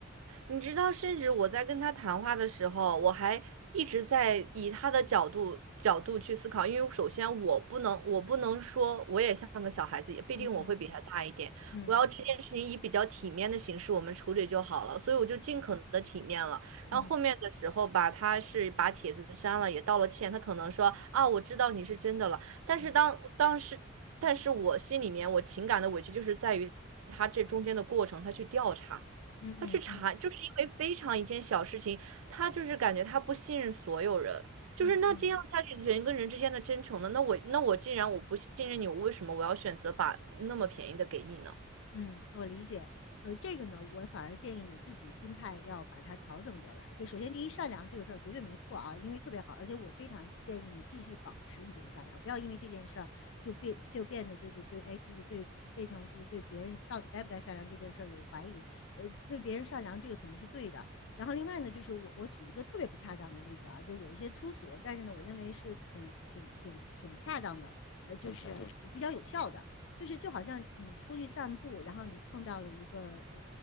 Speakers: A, on the right; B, on the left.
A: 你知道，甚至我在跟他谈话的时候，我还一直在以他的角度角度去思考，因为首先我不能，我不能说我也像个小孩子，也必定我会比他大一点。
B: 嗯嗯嗯
A: 我要这件事情以比较体面的形式我们处理就好了，所以我就尽可能的体面了。
B: 嗯
A: 然后后面的时候吧，
B: 嗯
A: 他是把帖子删了，也道了歉，他可能说啊，我知道你是真的了，但是当当时，
B: 嗯
A: 但是我心里面我情感的委屈就是在于他这中间的过程，他去调查。
B: 嗯嗯嗯嗯嗯嗯嗯嗯。
A: 他去查，就是因为非常一件小事情，他就是感觉他不信任所有人，
B: 嗯嗯嗯嗯嗯
A: 就是那这样下去，人跟人之间的真诚呢？那我那我既然我不信任你，我为什么我要选择把那么便宜的给你呢？
B: 嗯，我理解。呃，这个呢，我反而建议你自己心态要把它调整过来。就首先，第一，善良这个事儿绝对没错啊，因为特别好，而且我非常建议你继续保持你这个善良，不要因为这件事儿就变就变得就是对，哎，就是对。变成就是对别人到底该不该善良这件事儿有怀疑，呃，对别人善良这个肯定是对的。然后另外呢，就是我我举一个特别不恰当的例子啊，就是有一些粗俗，但是呢，我认为是挺挺挺挺恰当的，呃，就是比较有效的。就是就好像你出去散步，然后你碰到了一个呃